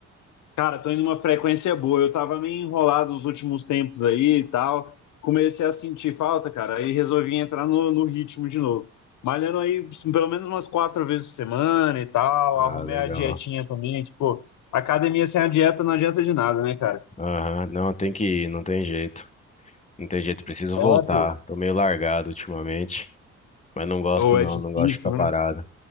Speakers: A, on the left; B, on the left.
A: Cara, tô indo numa frequência boa. Eu tava meio enrolado nos últimos tempos aí e tal. Comecei a sentir falta, cara. Aí resolvi entrar no, no ritmo de novo. Malhando aí pelo menos umas quatro vezes por semana e tal.
B: Ah,
A: Arrumei
B: legal.
A: a dietinha também. Tipo, academia sem a dieta não adianta de nada, né, cara?
B: Aham, Não, tem que ir, não tem jeito. Não tem jeito, preciso
A: É,
B: voltar.
A: pô.
B: Tô meio largado ultimamente, mas não gosto
A: Ou
B: não,
A: é difícil,
B: não gosto de ficar parado.
A: né?